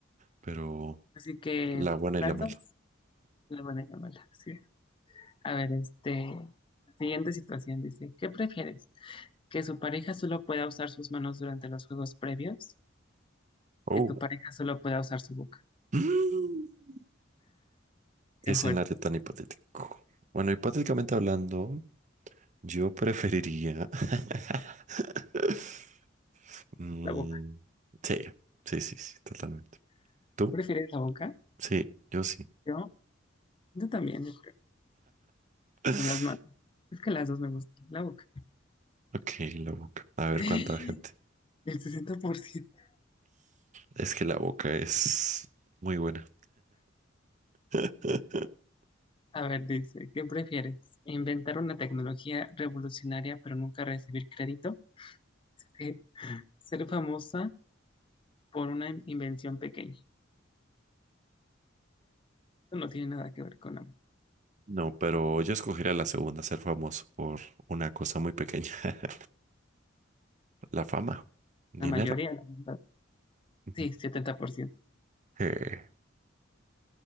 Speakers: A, on the right; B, on the left.
A: Pero
B: Así que
A: la buena
B: las
A: y la mala.
B: dos, la buena y la mala. sí. A ver, este, siguiente situación dice, ¿qué prefieres? ¿Que su pareja solo pueda usar sus manos durante los juegos previos?
A: Oh.
B: ¿Que tu pareja solo pueda usar su boca?
A: <gasps>
B: Qué
A: Qué escenario
B: fuerte,
A: tan hipotético. Bueno, hipotéticamente hablando, yo preferiría. <laughs> Mm,
B: la boca.
A: sí, sí, sí, sí, totalmente. ¿Tú?
B: ¿Tú prefieres la boca?
A: Sí, yo sí.
B: Yo, yo también, yo creo.
A: <laughs>
B: O las manos. Es que las dos me gustan, la boca.
A: Ok, la boca. A ver
B: Ay.
A: cuánta gente.
B: El 60%.
A: Es que la boca es muy buena. <laughs>
B: A ver, dice, ¿qué prefieres? ¿Inventar una tecnología revolucionaria pero nunca recibir crédito? Eh, ¿Ser famosa por una in- invención pequeña? Eso no tiene nada que ver con la,
A: No, pero yo escogería la segunda, ser famoso por una cosa muy pequeña. <laughs> La fama, dinero.
B: la mayoría, la verdad.
A: Ujú.
B: Sí, 70%.
A: Eh,